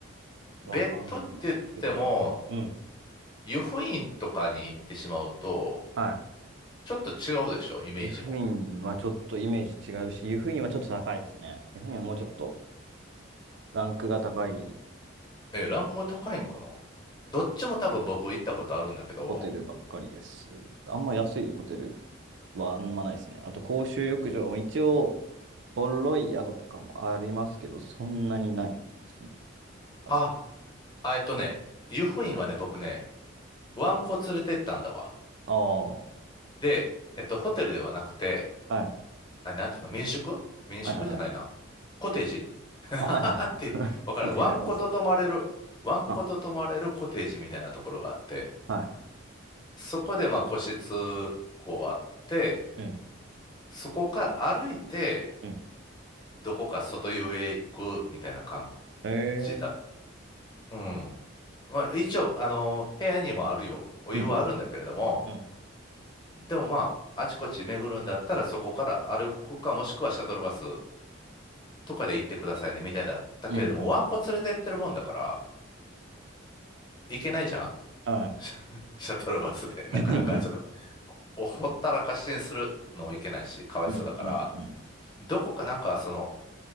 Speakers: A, on the right (about 65°); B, on the left (about 20°).
A: わかんないですけどね。
B: 別府って言っても、
A: うん。うん
B: 湯布院とかに行ってしまうと、
A: は
B: ちょっと違うでしょイメージも。
A: い。湯布院はちょっとイメージ違うし、湯布院はちょっと高いですね。湯布院はもうちょっとランクが高い
B: え、ランクが高いんかなどっちも多分僕行ったことあるんだけど、
A: ホテルばっかりです。あんま安いホテルはあんまないですね。あと公衆浴場も一応、ボロい宿とかもありますけど、そんなにないですね。はず。
B: あ、あえっとね、湯布院はね、僕ね、ワンコ連れてったんだわ。
A: ああ、は
B: で、えっと、ホテルではなくて、
A: い。
B: あ、なんていうの、民宿民宿じゃないな。
A: はいはいはい。
B: コテージ <laughs>
A: あ、はいはいはいはい。
B: っていう、わからん。
A: <laughs> コテージありますね。
B: ワンコと泊まれる、ワンコと泊まれるコテージみたいなところがあって、
A: あ、はい。
B: そこでまあ個室、こうあって、
A: うん。
B: そこから歩いて、
A: うん
B: どこか外湯へ行くみたいな感
A: へ
B: じだ。
A: え。
B: うん。まあ一応、あの、部屋にもあるよ。お湯はあるんだけれども、
A: うんういうう、ん。
B: でもまあ、あちこち巡るんだったらそこから歩くかもしくはシャトルバスとかで行ってくださいね、みたいだったけれども、
A: うんうんうんうん。
B: ワンコ連れてってるもんだから、行けないじゃん
A: はい。
B: <laughs> シャトルバスで、なかなかちょっと、
A: うんう
B: おほったらかしにするのもいけないし、かわいそうだから、
A: んうんうん。
B: どこかなんかその、